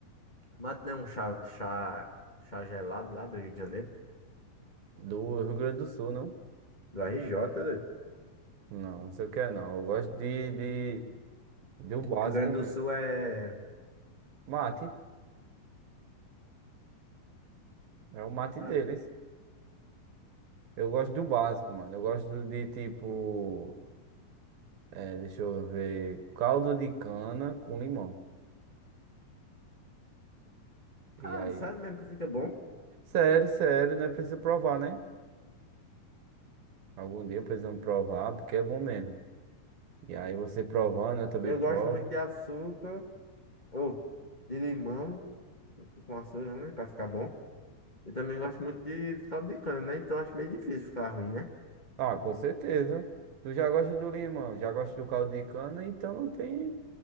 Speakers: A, on the left (about 20°); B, on the right (about 80°).
A: Mate não é um chá, chá, chá gelado lá do Rio de Janeiro.
B: Do Rio Grande do Sul, não?
A: Do RJ, doido.
B: Não, não sei o que é não. Eu gosto de, de, do básico.
A: Rio Grande do
B: me-
A: Sul é.
B: Mate, é o mate
A: é.
B: deles. Eu gosto do básico, mano. Eu gosto de tipo. É, deixa eu ver. Caldo de cana com limão. E
A: Cara,
B: aí?
A: sério mesmo que fica bom.
B: Sério, sério, não é preciso provar, né? Algum dia precisamos provar, porque é bom mesmo. E aí você provando, eu também
A: Eu
B: provo.
A: gosto muito de açúcar. Ou de limão. Com açúcar, né? Pra ficar bom. Eu também gosto muito de caldo de cana, né? Então acho meio difícil ficar ruim, né?
B: Ah, com certeza. Tu já gosta do limão, já gosta do caldo de cana, então não tem,